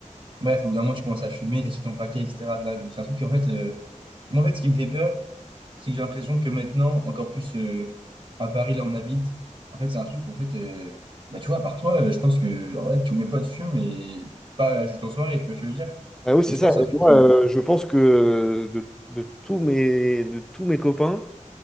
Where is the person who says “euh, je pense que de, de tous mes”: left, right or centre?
Centre